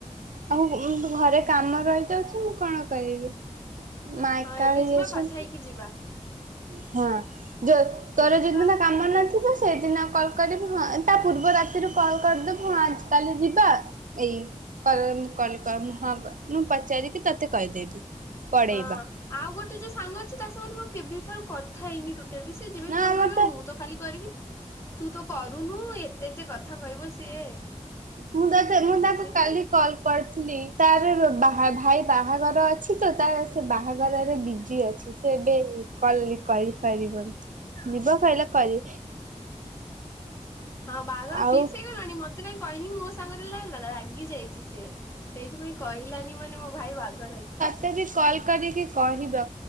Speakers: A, on the right; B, on the left.
A: ଆଉ <unintelligible> ତୁ ଘରେ କାମ ରହିଯାଉଛି ମୁଁ କଣ କରିବି। ମାଏକା
B: ହଁ ଏବେ
A: ହେଇେଜାଇଛନ୍ତି।
B: ଯିବା କଥା ହେଇକି ଯିବା।
A: ହଁ ଯୋଉ ତୋର
B: ଏବେ
A: ଯୋଉଦିନ
B: ଯିବା
A: କାମ ନଥିବ ସେଦିନ କଲ୍ କରିବି ହଁ ତା ପୂର୍ବ ରାତିରୁ କଲ୍ କରିଦବୁ ହଁ ଆଜି କାଲି ଯିବା। ଏଇ ହଁ <unintelligible> ମୁଁ ପଚାରିକି ତତେ କହିଦେବି। ପଢେଇବା
B: ହଁ ଆଉ ଗୋଟାଏ ଯୋଉ ସାଙ୍ଗ ଅଛି ତା ସାଙ୍ଗରେ ମୋର କେବେ ଠାରୁ କଥା ହେଇନି ଟୋ ଏବେ ସେ ଯେବେ ବି
A: ନା
B: ଫୋନ୍ କରିବ
A: ମତେ
B: ମୁଁ ତ ଖାଲି କରିବି ତୁ ତ କରୁନୁ ଏତେ ଏତେ କଥା କହିବ ସିଏ।
A: ମୁଁ ମୁଁ ତାକୁ
B: ସେ ତ
A: କାଲି
B: ଖାଲି
A: କଲ୍ କରିଥିଲି ତାର ବା ଭାଇ ବାହାଘର ଅ ଅଛି ତ ତା ସେ ବାହାଘରରେ ବିଜି ଅଛି। ସେ ଏବେ କଲ୍ <unintelligible> ପାରିବନି ଯିବ କହିଲେ କରିବ।
B: ହଁ ବାହାଘର
A: ଆଉ
B: ଫିକ୍ସ ହେଇଗଲାଣି ମତେ କାହିଁ କହିହନି ମୋ ସାଙ୍ଗରେ ରାଗି ଯାଇଛି ସିଏ। ସେଇଥିପାଇଁ କହିଲାନି ମାନେ ମୋ ଭାଇ ବାହାଘର ଅଛି।
A: ମୋତେ ବି କଲ୍ କରିକି କହିବ